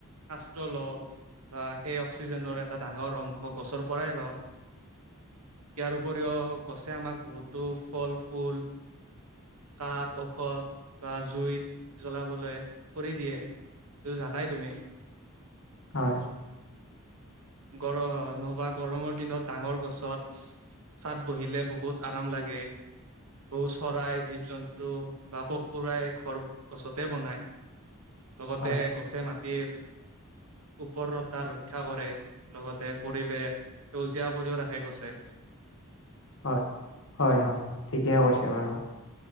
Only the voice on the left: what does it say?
হয়।
হয়
হয়, হয়, হয় ঠিকে কৈছে বাৰু।